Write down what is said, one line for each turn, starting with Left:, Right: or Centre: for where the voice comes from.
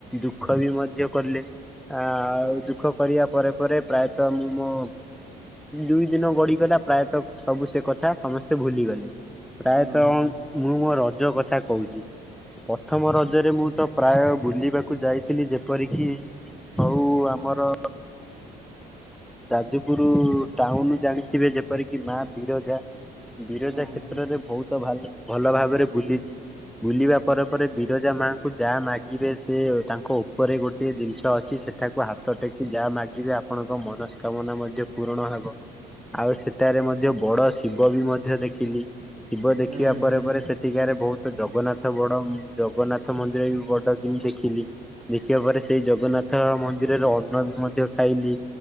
Centre: ଦୁଃଖ ବି ମଧ୍ୟ କଲେ। ଆ ଆଉ ଦୁଃଖ କରିବା ପରେ ପରେ ପ୍ରାୟତଃ ମୁଁ ମୋ ଦୁଇ ଦିନ ଗଡିଗଲା। ପ୍ରାୟତଃ ସବୁ ସେ କଥା ସମସ୍ତେ ଭୁଲିଗଲେ। ପ୍ରାୟତଃ
Right: ହୁଁ
Centre: ମୁଁ ମୋ ରଜ କଥା କହୁଛି। ପଥମ ରଜରେ ମୁଁ ତ ପ୍ରାୟ ବୁଲିବାକୁ ଯାଇଥିଲି ଯେପରିକି ହଉ ଆମର ଯାଜପୁର ଟାଉନ ଜାଣିଥିବେ ଯେପ ଯେପରିକି ମା ବିରଜା ବିରଜା
Right: ହୁଁ ହୁଁ ହୁଁ
Centre: କ୍ଷେତ୍ରରେ ବହୁତଭା ଭଲ ଭାବରେ ବୁଲିିଲି। ବୁଲିବା ପରେ ପରେ ବିରଜା ମାଙ୍କୁ ଯାହା ମାଗିବେ ସେ ତାଙ୍କ ଉପରେ ଗୋଟେ ଜିନିଷ ଅଛି ସେ ସେଠାକୁ ହାତ ଟେକି ଯାହା ମାଗିବେ ଆପଣଙ୍କ ମନସ୍କାମନା ମଧ୍ୟ ପୂରଣ ହବ ଆଉ ସେ ସେଠାରେ ମଧ୍ୟ ବଡ ଶିବ ବି ମଧ୍ୟ ଦେଖିଲି ଶିବ ଦେଖିବା
Right: ହୁଁ
Centre: ପରେ ପରେ ସେ ସେଠିକାରେ ବହୁତ ଜଗନ୍ନାଥ ବଡ ଜଗନ୍ନାଥ ମନ୍ଦିର ବି ବଡ କିମ ଦେଖିଲି। ଦେଖିବା ପରେ ସେଇ ଜଗନ୍ନାଥ ମନ୍ଦିରରେ ଅନ୍ନ ବି ମଧ୍ୟ ଖାଇଲି।